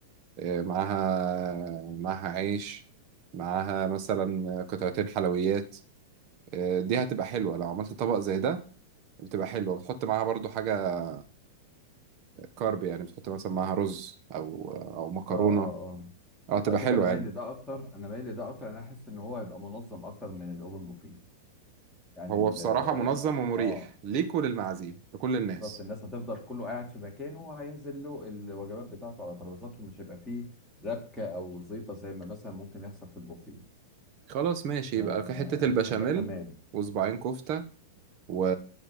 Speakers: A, on the right (about 40°); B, in the centre.
A: آه، معاها معاها عيش معاها مثلا قطعتين حلويات آه، دي هتبقى حلوة لو عملت طبق زي ده بتبقى حلوة بتحط معاها برضو حاجة كارب يعني بتحط مثلا معاها رز او او مكرونة
B: اه اه اه
A: اه تبقى
B: على فكرة
A: حلوة
B: انا مايل
A: يعني
B: لده اكتر انا مايل لده اكتر انا احس ان هو هيبقى منظم اكتر من الاوبن بوفيه يعني
A: هو
B: ال
A: بصراحة منظم ومريح
B: اه
A: ليك وللمعازيم لكل الناس
B: بالظبط الناس هتفضل كله قاعد في مكانه وهينزل له الوجبات بتاعته على ترابيزاتهم مش هيبقى فيه ربكة أو زيطة زي ما مثلا ممكن يحصل في البوفيه
A: خلاص ماشي
B: ف...
A: يبقى في حتة البشاميل
B: فده تمام
A: وصباعين كفتة و...